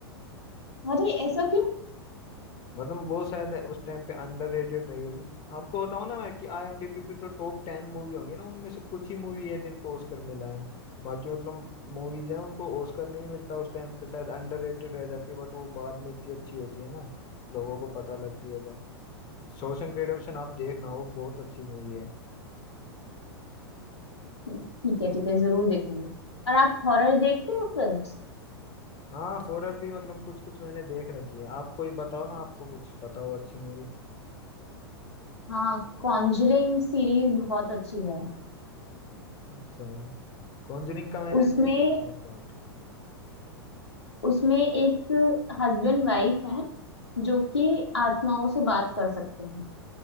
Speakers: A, on the left (about 90°); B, on the left (about 35°).
A: अरे ऐसा क्यों
B: मतलब वो शायद उस टाइम पे अंडररेटेड रही होगी आपको बताऊं ना मैं कि आईएमडीबी पे जो टॉप टेन मूवी होंगी ना उनमें से कुछ ही मूवी है जिनको ऑस्कर मिला है बाकी मतलब मूवीज हैं उनको ऑस्कर नहीं मिलता उस टाइम पे शायद अंडररेटेड रह जाती है बट वो बाद में इतनी अच्छी होती है ना लोगों को पता लगती है तो शॉशैंक रिडेम्पशन आप देखना वो बहुत अच्छी मूवी है
A: ठीक है ठीक है जरूर देखूंगी और आप हॉरर देखते हो फिल्म्स
B: हाँ हॉरर भी मतलब कुछ कुछ मैंने देख रखी है आप कोई बताओ ना आपको कुछ पता हो अच्छी मूवी
A: हाँ कॉन्जरिंग सीरीज बहुत अच्छी है
B: अच्छा कॉन्जरिंग का मैंने
A: उसमें
B: देख रखा है एक पार्ट
A: उसमें एक हस्बैंड वाइफ है जो कि आत्माओं से बात कर सकते हैं